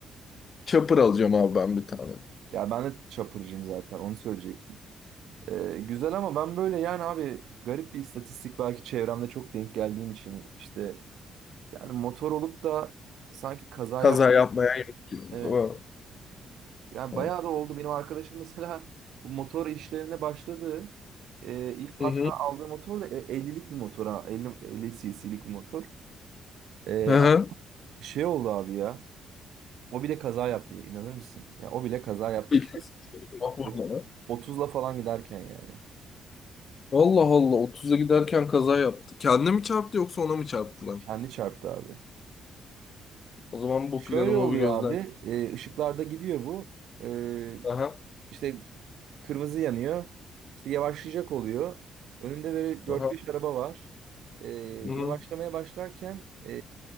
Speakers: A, on the left; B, on the right.
A: Chopper alacağım abi ben bir tane.
B: Ya ben de çapırcıyım zaten onu söyleyecektim. Ee, güzel ama ben böyle yani abi garip bir istatistik belki çevremde çok denk geldiğim için işte Yani motor olup da sanki kaza
A: Kaza
B: yap.
A: yapmaya gerek yok.
B: Evet. Yani
A: Ha.
B: bayağı da oldu. Benim arkadaşım mesela <laughs> bu motor işlerine başladı. Ee, ilk
A: Hı
B: hatta
A: hı.
B: aldığı motor da e, 50'lik bir motor ha. 50, 50 cc'lik bir motor. Ee,
A: Hı hı.
B: ama şey oldu abi ya. O bile kaza yaptı. İnanır mısın? Ya o bile kaza yaptı
A: İlk
B: ki
A: Bak burada.
B: ot- 30'la falan giderken yani.
A: Allah Allah 30'a giderken kaza yaptı. Kendine mi çarptı yoksa ona mı çarptı lan?
B: Kendi çarptı abi.
A: O zaman bu
B: Şöyle
A: planımı
B: oluyor
A: bir gözden.
B: abi. e, ışıklarda gidiyor bu. E,
A: Aha.
B: işte Kırmızı yanıyor. İşte yavaşlayacak oluyor. Önünde böyle dört
A: Aha.
B: beş araba var. Ee,
A: Hı hı.
B: yavaşlamaya başlarken e,